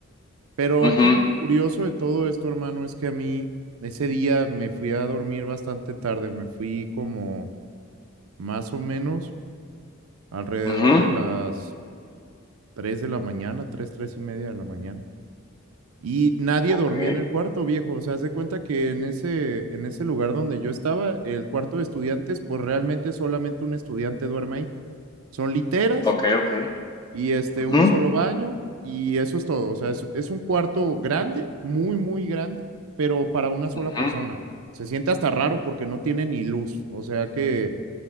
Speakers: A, on the right; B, on the left.
A: Pero aquí
B: Ujú,
A: lo curioso de todo esto, hermano, es que a mí ese día me fui a dormir bastante tarde, me fui como más o menos alrededor
B: ujú.
A: de las tres de la mañana, tres, tres y media de la mañana. Y nadie
B: Ok,
A: dormía en el cuarto, viejo. O sea, haz de cuenta que en ese, en ese lugar donde yo estaba, el cuarto de estudiantes, pues realmente solamente un estudiante duerme ahí. Son literas
B: ok, ok.
A: y este,
B: Ujú,
A: un solo baño y eso es todo. O sea, es, es un cuarto grande, muy, muy grande, pero para una sola
B: ujú,
A: persona. Se siente hasta raro porque no tiene ni luz. O sea que,